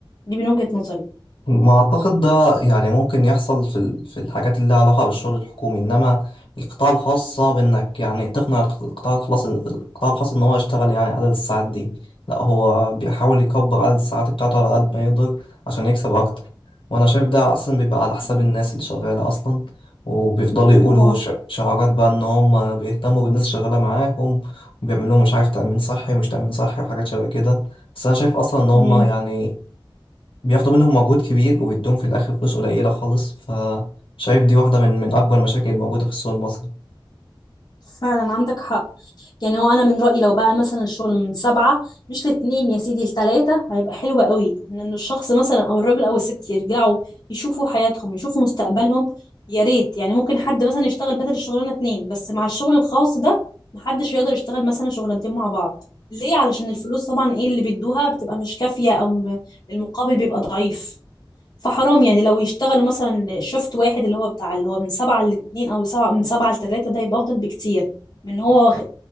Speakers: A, on the left (about 50°); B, on the left (about 80°).
A: دي من وجهه نظري
B: ما أعتقد ده يعني ممكن يحصل في ال- في الحاجات اللي لها علاقة بالشغل الحكومي إنما القطاع الخاص صعب إنك يعني تقنع الق- القطاع الخاص القطاع الخاص إن هو يشتغل يعني عدد الساعات دي لا هو بيحاول يكبر عدد الساعات بتاعته على قد ما يقدر عشان يكسب أكتر وأنا شايف ده أصلا بيبقى على حساب
A: مم.
B: الناس اللي شغالة أصلا وبيفضلوا يقولوا
A: طبعا
B: ش- شعارات بقى إن هم بيهتموا بالناس اللي شغالة معاهم وبيعملوا لهم مش عارف تأمين صحي ومش تأمين صحي وحاجات شبه كده بس أنا شايف أصلا إن هم
A: مم.
B: يعني بياخدوا منهم مجهود كبير وبيدوهم في الآخر فلوس قليلة خالص فشايف دي واحدة من من أكبر المشاكل الموجودة في السوق المصري
A: فعلا عندك حق يعني هو انا من رايي لو بقى مثلا الشغل من سبعة مش لاتنين يا سيدي لتلاتة هيبقى حلو قوي ان إن الشخص مثلا او الراجل او الست يرجعوا يشوفوا حياتهم يشوفوا مستقبلهم يا ريت يعني ممكن حد مثلا يشتغل بدل الشغلانه اتنين بس مع الشغل الخاص ده محدش يقدر يشتغل مثلا شغلانتين مع بعض ليه علشان الفلوس طبعا ايه اللي بيدوها بتبقى مش كافيه او م- المقابل بيبقى ضعيف فحرام يعني لو يشتغلوا مثلا شفت واحد اللي هو بتاع اللي هو من سبعة لاتنين أو سبعة من سبعة لتلاتة ده يبقى أفضل بكتير من هو واخ-